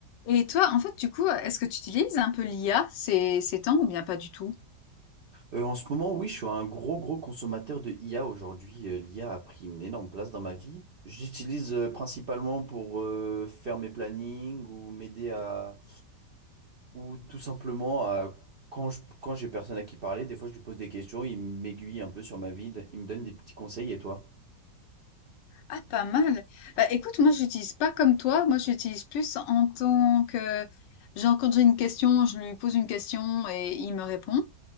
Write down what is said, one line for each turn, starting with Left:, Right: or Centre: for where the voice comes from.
Left: Et toi, en fait, du coup, est-ce que tu utilises un peu l'IA ces, ces temps ou bien pas du tout?
Right: Euh, en ce moment, oui, je suis un gros, gros consommateur de IA aujourd'hui. Euh, l'IA a a pris une énorme place dans ma vie. J'utilise euh, principalement pour euh, faire mes plannings ou m'aider à... ou tout simplement à... quand je... quand j'ai personne à qui parler, des fois je lui pose des questions, il m'aiguille un peu sur ma vie, il me donne des petits conseils. Et toi?
Left: Ah, pas mal. Bah, écoute, moi, j'utilise pas comme toi. Moi, j'utilise plus en tant que, genre, quand j'ai une question, je lui pose une question et il me répond.